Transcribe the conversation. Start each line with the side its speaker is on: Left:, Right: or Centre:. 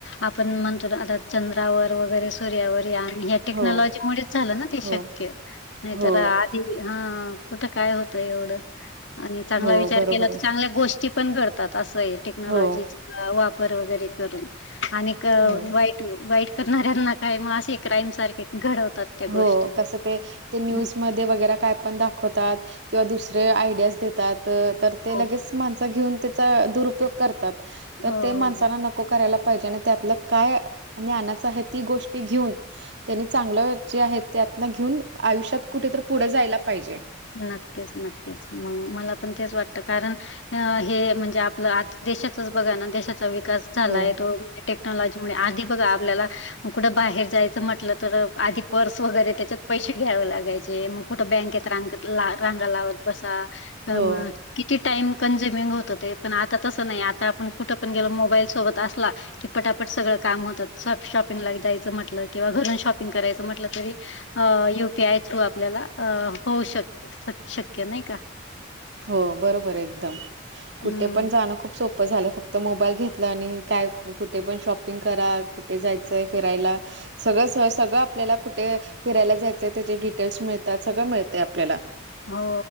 Left: आपण म्हणतो आता चंद्रावर वगैरे सूर्यावर यान टेक्नॉलॉजी
Right: हो
Left: मुले झालं ना ते शक्य
Right: हो
Left: नाही
Right: हो
Left: तर आज हा कुठ काय होत एवढं आणि चांगला
Right: हो
Left: विचार
Right: बरोबर
Left: केला
Right: आहे.
Left: तर चांगल्या गोष्टी ची पण करतात असय टेक्नलॉजी
Right: हो
Left: वापर वगेरे करून आणि क
Right: हो
Left: वाईट वाईट करणाऱ्यांना काय मग असे क्राईम सारखे घडवतात. त्या
Right: हो
Left: गोष्टी.
Right: कस ते ते न्यूजमध्ये
Left: हं.
Right: वगैरे काय पण दाखवतात किंवा दुसरे आयडियाज देतात. तर ते
Left: हो
Right: लगेच
Left: हो.
Right: माणस घेऊन त्याचा दुरुपयोग करतात तर
Left: हो.
Right: ते माणसाना न नको करायला पाहिजे आणि त्यातलं काय ज्ञानाचा आहे ती गोष्टी घेऊन त्यांनी चांगलं जे आहेत त्यांतन घेऊन आयुष्यात कुठ तर पुढ जायला पाहिजे.
Left: नक्कीच नक्कीच मग मला पण तेच वाटत कारण अ हे म्हणजे आपलं आता देशाचाच बघा ना देशाचा विकास झालाय
Right: हो.
Left: तो टेक्नॉलॉजी मुळे आणि आधी बघा आपल्याला मग कुठं बाहेर जायचं म्हटलं तर आधी पर्स वगैरे त्याच्यात पैसे घ्यावे लागायचे मग कुठं बँक येत रांग रांगा लावत बसा मग
Right: हो,
Left: किती टाइम कंनझ्युमिंग होत ते पण आता तसं नाही आता आपण कुठं पण गेलो मोबाईल सोबत असला कि पटापट सगळं काम होतात शॉपिंगला जायचं म्हटलं किंवा घरून शॉपिंग करायचं म्हटलं तरी अ यु पी आय थ्रू आपल्याला अ होऊ शकत शक्य नाही का.
Right: हो बरोबर आहे एकदम कुठे
Left: हम्म
Right: पण जाणं खूप सोपं झालं आहे फक्त मोबाईल घेतला आणि काय कुठे पण शॉपिंग करा कुठे जायचं आहे फिरायला सगळं स सगळं आपल्याला कुठे फिरायला जायचं त्याचे डिटेल्स मिळतात सगळं मिळतय आपल्याला.
Left: हो